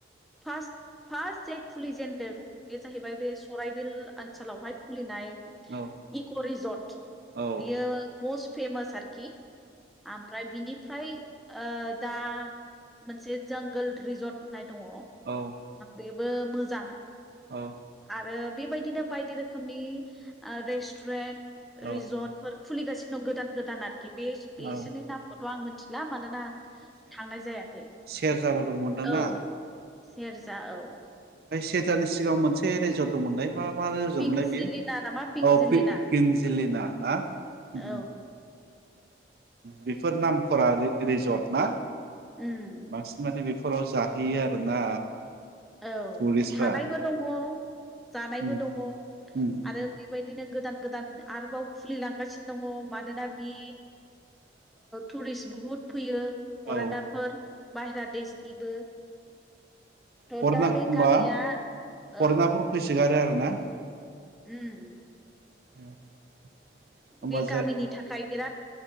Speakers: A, in the centre; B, on the right (about 55°).
A: फार्स्ट फार्स्ट जे खुलिजेनदों बे जाहैबाय बे सराइबिल ओनसोलावहाय खुलिनाय
B: ओ औ
A: इक' रिजर्ट
B: औ
A: बियो मस्ट फेमास आरोखि आमफ्राय बिनि ओमफ्राय ओ दा मोनसे जंगल रिजरट दङ
B: औ
A: बेबो मोजां
B: औ
A: आरो बेबायदिनो बायदि रोखोमनि रेस्टुरेन्ट
B: औ
A: रिजर्टफोर खुलिगासिनो दं गोदान गोदान आरोखि बे बेसिनि
B: औ
A: नामखौथ' आं मिथिला मानोना आं थांनाय जायाखै
B: सेर जाबो दंमोन दां ना
A: औ सेरजा औ
B: थियेटारनि सिगां मोनसे रेजर्ट दंमोनलाय मा मा रिजरटमोनलाय
A: पिंजिलिना
B: बेयो
A: नामा पिंजिलिना
B: औ पि पिनजिलिना ना उम
A: औ
B: बेफोर नामफोरा रिजर्ट ना
A: उम
B: बांसिन माने बेफोराव जाहैयो आरोना
A: औ
B: टुरिस्टफ्रा
A: थानायबो दङ जानायबो
B: उम
A: दङ
B: उम
A: आरो बेबायदिनो गोदान गोदान आरोबाव खुलिलांगासिनो दङ मानोना बि टुरिस बुहुत फैयो
B: औ
A: फरेनारफोर बाहेरा देशनिबो। थ'
B: फरेनार
A: दा बे
B: होनबा
A: गामिया
B: फरेनाफोर
A: औ
B: फैसोगारो आरो ना?
A: उम
B: <unintelligible> होमबा
A: बे गामिनि
B: जा
A: थाखाय बिराद